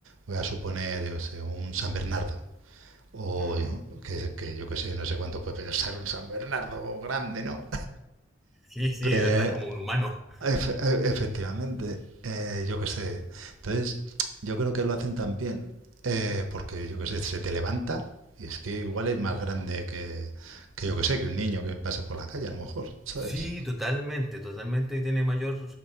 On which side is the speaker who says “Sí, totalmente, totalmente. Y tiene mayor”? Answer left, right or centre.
Centre